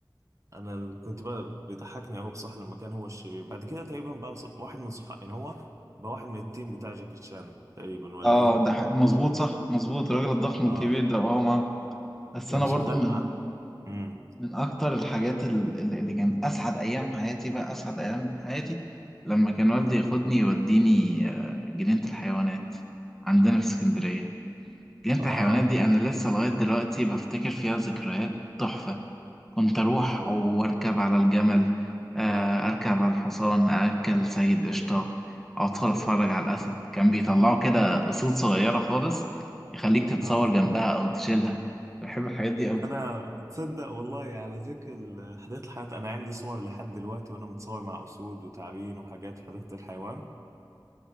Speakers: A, on the right; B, in the centre.
A: انا ال- كنت بقى بيضحكني قوي بصح لما كان هو الشرير بعد كده تقريبا بقى ص- واحد من صحابي يعني هو بقى واحد من التيم بتاع جاكي شان تقريبا ولا
B: اه
A: ايه
B: ده حق- مظبوط صح مظبوط الراجل الضخم
A: اه
B: الكبير ده هو معاه بس
A: كان
B: انا
A: شغال
B: برضو من
A: مع امم
B: من أكتر الحاجات ال- ال- اللي كان أسعد أيام حياتي بقى أسعد أيام حياتي لما كان والدي ياخدني يوديني آه، جنينة الحيوانات عندنا في اسكندرية جنينة
A: اه
B: الحيوانات دي أنا لسه لغاية دلوقتي بفتكر فيها ذكريات تحفة كنت أروح
A: <laughs> والله.
B: وأركب على الجمل آه،
A: اه
B: أركب على الحصان أأكل سيد قشطة أدخل أتفرج على الأسد كان بيطلعوا كده قصود صغيرة خالص يخليك تتصور
A: اه
B: جنبها أو تشيلها بحب الحاجات دي
A: انا تصدق والله على ذكر ال- حديقة الحيوان انا عندي صور لحد دلوقتي وانا متصور مع اسود وتعابين وحاجات في حديقة الحيوان